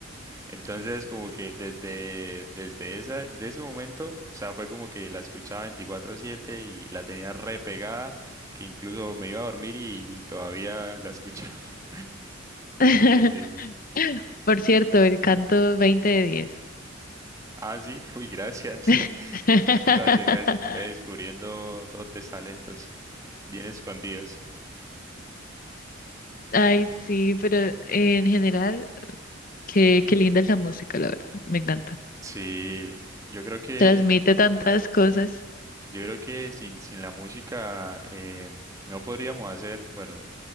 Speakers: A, on the right; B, on the left.
A: Entonces, como que desde, desde esa, desde ese momento, o sea, fue como que la escuchaba 24/7 y la tenía re pegada, que incluso me iba a dormir y todavía la escuchaba. <laughs>
B: <laughs>
A: Sí, sí, sí.
B: Por cierto, el canto veinte de diez
A: Ah, sí, uy, gracias.
B: <laughs>
A: <laughs> Gracias, gracias. Ve descubriendo dotes, talentos bien escondidos.
B: Ay, sí, pero en general, qué, qué linda es la música, la verdad, me encanta.
A: Sí, yo creo que,
B: Transmite tantas cosas.
A: yo creo que sin, sin la música eh, no podríamos hacer, bueno,